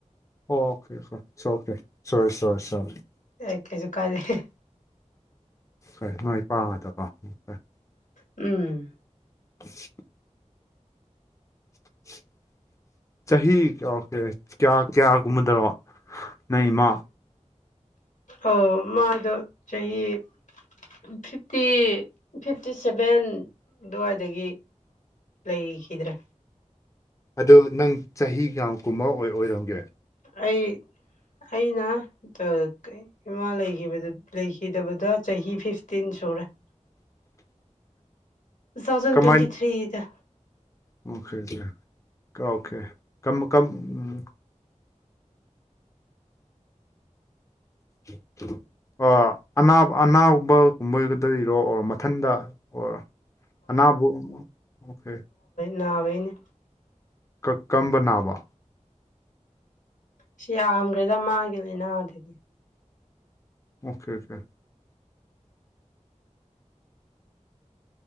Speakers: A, on the left; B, on the left.
A: ꯑꯣꯈ‌ꯦ ꯑ‌ꯣꯈ‌ꯦ ꯏꯁꯑꯣꯈ‌ꯦ ꯁ‌ꯣꯔꯤ ꯁ‌ꯣꯔꯤ ꯁ‌ꯣꯔ
B: ꯑꯦ ꯀꯩꯁꯨꯨ ꯀꯥꯏꯗ‌ꯦ
A: ꯍꯣꯏ ꯅꯣꯏ ꯄꯥ ꯑꯗꯥꯀ‌ꯣ <unintelligible>
B: ꯎꯝ
A: <unintelligible> <unintelligible> ꯆꯍꯤ ꯀꯌꯥ ꯀ‌ꯦ ꯀꯌꯥ ꯀꯌꯥ ꯒꯨꯝꯕꯗ‌ ꯅꯪ ꯏꯃꯥ
B: ꯑꯣ ꯃꯥꯗꯣ ꯆꯍꯤ ꯐꯤꯐꯇꯤ ꯐꯤꯐꯇꯤ ꯁꯦꯚꯦꯟ ꯑꯗꯨꯋꯥꯏꯗꯒꯤ ꯂꯩꯈꯤꯗ꯭ꯔꯦ
A: ꯑꯗꯣ ꯅꯪ ꯆꯍꯤ ꯀꯌꯥꯃꯨꯛꯀꯨꯝꯕꯥ ꯑꯣꯏ ꯑꯣꯏꯔꯝꯒꯦ
B: ꯑꯩ ꯑꯩꯅꯥ ꯏꯃꯥ ꯂꯩꯈꯤꯕꯥ ꯂꯩꯈꯤꯗꯕꯗꯥ ꯆꯍꯤ ꯐꯤꯐꯇꯤꯟ ꯁꯨꯔꯦ
A: <inaudible>
B: ꯇꯨ ꯊꯥꯎꯖꯟ
A: ꯀꯃꯥꯏꯅ
B: ꯇ꯭ꯋꯦꯟꯇꯤ ꯊ꯭ꯔꯤꯒꯤꯗ
A: ꯑꯣꯀꯦ ꯗꯤꯌ꯭ꯔ ꯀꯥꯎꯀꯦ ꯀꯝ ꯀꯝ ꯎꯝ <unintelligible> ꯑꯣ ꯑꯅꯥꯕ ꯑꯅꯥꯕꯒꯨꯝꯕ ꯒꯨꯝꯕꯒꯥꯗꯩꯩꯔꯣ ꯑꯣꯔ ꯃꯊꯟꯇ ꯑꯣꯔ ꯑꯅꯥꯕꯨ ꯑꯣꯛ ꯀꯦ
B: ꯅꯥꯕꯩꯅꯤ
A: ꯀ ꯀꯝꯕ ꯅꯥꯕ
B: ꯁꯤ ꯌꯥꯝꯒ꯭ꯔꯦꯗ ꯃꯥꯒꯤ ꯂꯩꯅꯥ ꯑꯗꯨꯗꯤ
A: ꯑꯣꯀꯦ ꯑꯣꯀꯦ